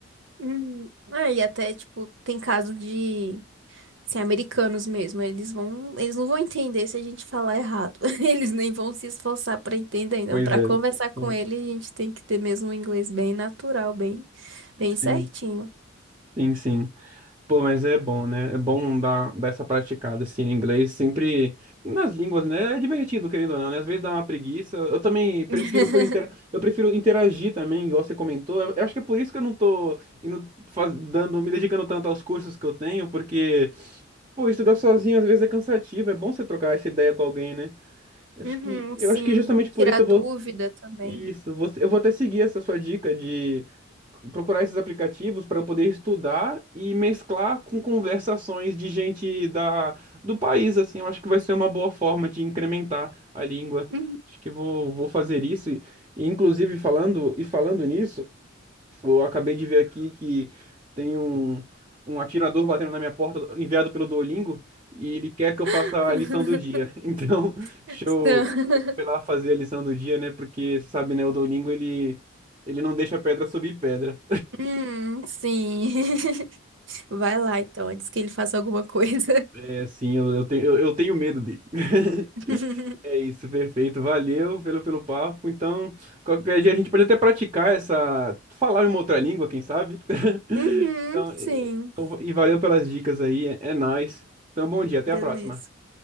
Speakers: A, on the right (about 65°); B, on the right (about 25°).
A: Uhum. Ah, e até, tipo, tem caso de Assim, americanos mesmo, eles vão, eles não vão entender se a gente falar errado. <laughs> Eles nem vão se esforçar para entender. Então,
B: Pois
A: para
B: é.
A: conversar com
B: Então,
A: ele, a gente tem que ter mesmo um inglês bem natural, bem, bem certinho.
B: Sim, sim, sim. Pô, mas é bom, né? É bom dar, dar essa praticada, assim, em inglês. Sempre nas línguas, né? É divertido, querendo ou não, né? Às vezes dá uma preguiça. Eu também prefiro
A: <laughs>
B: por intera... Eu prefiro interagir também, igual você comentou. Eu, eu acho que é por isso que eu não tô indo, faz- dando, me dedicando tanto aos cursos que eu tenho, porque, pô, estudar sozinho às vezes é cansativo. É bom você trocar essa ideia com alguém, né? Eu acho
A: Uhum,
B: que, eu
A: sim,
B: acho que justamente
A: tirar
B: por isso
A: dúvida
B: eu vou.
A: também.
B: Isso, você, eu vou até seguir essa sua dica de procurar esses aplicativos para eu poder estudar e mesclar com conversações de gente da, do país, assim, eu acho que vai ser uma boa forma de incrementar a língua.
A: Uhum.
B: Acho que vou, vou fazer isso. E, e, inclusive, falando, e falando nisso, eu acabei de ver aqui que tem um, um atirador batendo na minha porta, enviado pelo Duolingo, e ele quer que eu faça
A: <laughs>
B: a lição do dia. <laughs> Então, deixa
A: Então,
B: eu foi lá fazer a lição do dia, né? Porque, você sabe, né, o Duolingo, ele, ele não deixa pedra subir pedra.
A: <laughs> hum, sim. <laughs> Vai lá então, antes que ele faça alguma coisa.
B: É assim, eu, eu, tenho, eu, eu tenho medo dele. <laughs>
A: <laughs>
B: É isso, perfeito. Valeu pelo, pelo papo. Então, qualquer dia a gente pode até praticar essa. Falar em uma outra língua, quem sabe? <laughs>
A: Uhum,
B: Então, e,
A: sim.
B: então, e valeu pelas dicas aí. É, é nóis. Então, bom dia, até
A: Beleza.
B: a próxima.